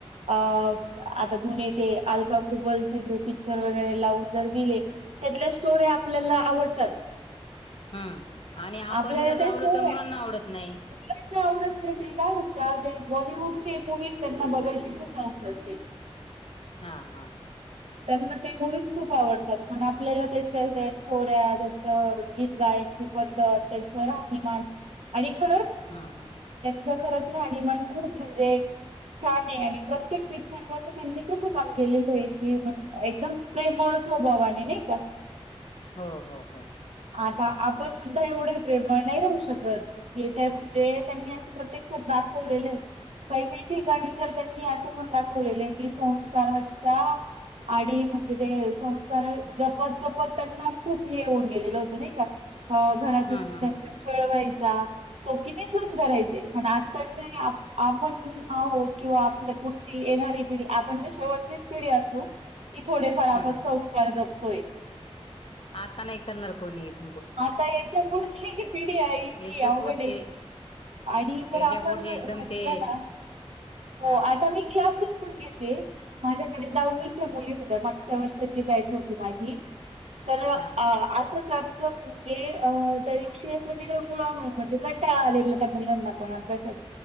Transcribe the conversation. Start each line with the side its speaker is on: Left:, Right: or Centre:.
Right: आता जु ते अल्का कुबलचे जे पिक्चर वगैरे लावून जर दिले त्यातल्या स्टोरी आपल्याला आवडतात
Left: हम्म आणि आपण
Right: आपल्याला
Left: जर लावल
Right: त्या स्टोऱ्या
Left: तर मुलांना आवडत नाही.
Right: मुलांना आवडत नाही ते काय म्हणता ते बॉलिवूडचे मूवीज त्यांना बघायची खूप हाऊस असते.
Left: हा हा.
Right: त्यांना ते मूवीज खूप आवडतात पण आपल्याला त्याच्या स्टोऱ्या, त्यांच गीत गायची पद्धत, त्यांच राहणीमान आणि ह.
Left: हम्म हम्म
Right: ज खरच राणीमन खूप म्हणजे छान आहे आणि प्रत्येक पिचरमध्ये त्यांनी कसं काम केलेलं आहे? कि एकदम प्रेमळ स्वभावाने नाही का.
Left: हो हो हो
Right: आता आपण एवढे प्रेम नाही राहू शकत, की ते म्हणजे त्यांनी अस प्रत्यक्षात ठवलेलं काही काही ठिकाणी तर त्यांनी असं पण दाखवलेलं आहे की संस्काराच्या आणि म्हणजे ते संस्कार जपत जपत त्यांना खूप हे होऊन गेलेलं होतं नाही का अ घरातून
Left: हम्म हम्म
Right: त्यांच
Left: हम्म
Right: खळवा्हायच तो किती सन करायचे, पण आताचे आपण आहोत किंवा आपल्या पुढची येणारी पिढी आपण तर शेवटचीच पिढी असु की थोडेफार आपत
Left: हम्म हम्म
Right: संस्कार ज होय.
Left: आता नाही करणार कोणी येत
Right: आता याच्या पुढची, पिढी आहे इतकी
Left: याच्या
Right: आवघडे
Left: पुढचे
Right: आणि तर
Left: याच्या
Right: आपण
Left: पुढचे एकदम
Right: म्हटलं
Left: ते
Right: ना हो
Left: हा
Right: आता मी क्लासेस घेते. माझ्या आणि, दहावीच्या
Left: हा
Right: मुली होतं ना च्या वर्षाची बॅच होती माझी तर अ
Left: हा हा
Right: असं च च म्हणजे, त्या दिवशी अस विरंगुळा म्हणजे कंटाळा आले त्या मुलांना पण अभ्यासाच.